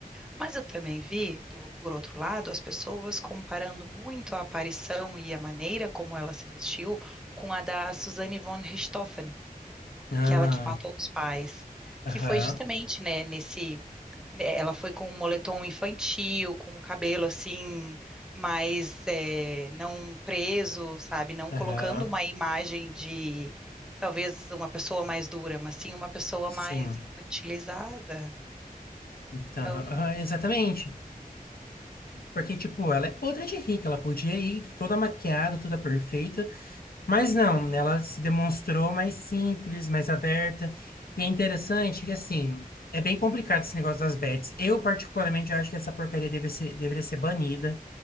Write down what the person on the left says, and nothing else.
Ah,
aham,
aham,
sim.
Então,
aham, exatamente. Porque, tipo, ela é podre de rica, ela podia ir toda maquiada, toda perfeita, mas não, ela se demonstrou mais simples, mais aberta. E é interessante que, assim, é bem complicado esse negócio das bets. Eu, particularmente, acho que essa porcaria deve ser, deveria ser banida.